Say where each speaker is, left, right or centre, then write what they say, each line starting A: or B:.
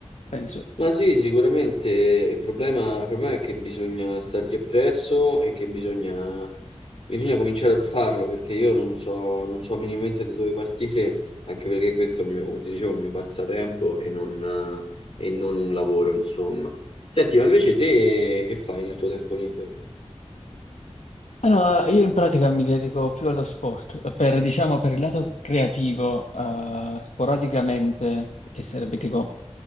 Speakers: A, on the left; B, on the left.
A: penso.
B: Ma sì, sicuramente il problema, il problema è che bisogna stargli appresso e che bisogna, bisogna cominciare a farlo perché io non so, non so minimamente da dove partire, anche perché questo è un mio, come ti dicevo, un mio passatempo e non, eh, e non un lavoro, insomma. Senti, ma invece te che fai nel tuo tempo libero?
A: Allora, io in pratica mi dedico più allo sport, per, diciamo, per il lato creativo, eh, sporadicamente, che sarebbe tipo